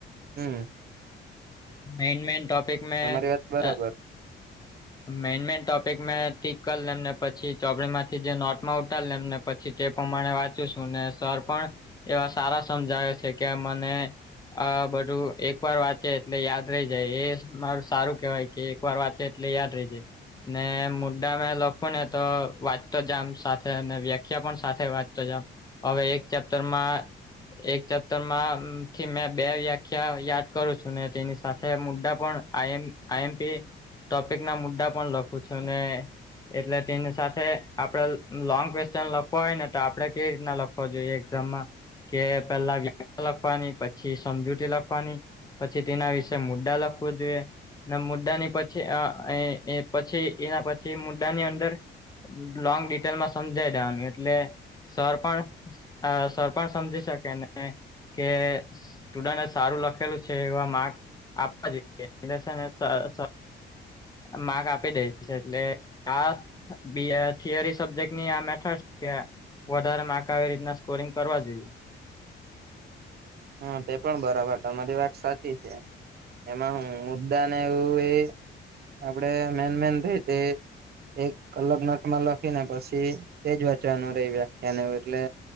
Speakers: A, on the right (about 55°); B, on the left (about 20°).
A: હમ્મ.
B: મેઈન-મેઈન ટોપિક મે
A: તમારી વાત બરાબર
B: અહ મેઈન-મેઈન ટોપિક મે ટીક કર લવને પછી ચોપડીમાંથી જે નોટ ઉતારી લવ ને એમને પછી તે પ્રમાણે વાંચું છું. ને સર પણ એવા સારા સમજાવે છે કે મને આ બધું એક વાર વાંચ્યે એટલે યાદ રહી જાય. એ મારું સારું કહેવાય કે એક વાર વાંચ્યે એટલે યાદ રહી જાય. ને મુદ્દા મે લખું ને તો વાંચતો જાવન સાથે ને વ્યાખ્યા પણ સાથે વાંચતો જાવ. હવે એક ચેપ્ટરમાં એક ચેપ્ટર માં થી મેં બે વ્યાખ્યા યાદ કરું છું ને તેની સાથે મુદ્દા પણ આઈ આઈ એમ પી ટોપિક ના મુદ્દા પણ લખું છું, ને એટલે તેની સાથે આપડે લોંગ ક્વેશ્ચન લખવો હોય ને તો આપડે કેવી રીતના લખ વો જોઈએ એક્ઝામમાં, કે પહેલા વ્યાખ્યા લખવાની પછી સમજૂતી લખવાની. જે તેના વિશેે મુદ્દા લખવું જોઈએ. ના મુદ્દા ની પછી અહ એ પછી એના પછી મુદ્દા ની અંદર લોંગ ડિટેલ માં સમજાઈ દેવાનું એટલે, સર પણ અહ સર પણ સમજી શકે ને કે સ્ટુડન્ટે સારું લખેલું છ એ એવા માર્ક આપવા જોઈએ, એટલે છે ને સ સર માર્ક આપી દેય છે. એટલે આ બી એ થિયરી સબ્જેક્ટ ની આ મેથડ કે વધારે માર્ક આવે એવી રીતના સ્કોરિંગ કરવા જોઈએ.
A: હા. તે પણ બરાબર તમારી વાત સાચી છે. એમાં મુદ્દા ને એવું એ આપડે મેઈન-મેઈન છે તે એક અલગ નોટમાં લખીને પછી તેજ વાંચવાનું રહે વ્યાખ્યાને એવું એટલે